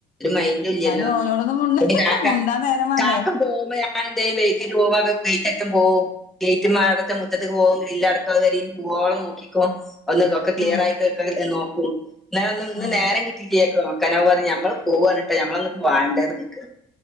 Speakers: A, in the centre; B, on the left.
A: ല്ലോന്ന്
B: അതിന് ഓരോടൊന്നും മുണ്ട
A: ഒര് കാക്ക
B: മുണ്ടാൻ നേരം വേണ്ടേ
A: കാക്ക പോമ്പോ <unintelligible> വെറ്റക്ക പോവോ ഗേറ്റ് മാടത്തെ മുറ്റത്ത് പോക ഗ്രിലടക്കും പോവോളം നോക്കിക്കോ ഒന്ന് ക്ലിയർ
B: ഉം,
A: ആയിട്ട് നോക്കൂ എന്ന ഒ ഇന്ന്
B: ഉം.
A: നേരം കിട്ട ീരിയാക്ക നോക്കന പറ ഞമ്മ പോകാനിട്ടാഞമ്മളന്ന വാണ്ടെന്ന് ചോയ്ക്ക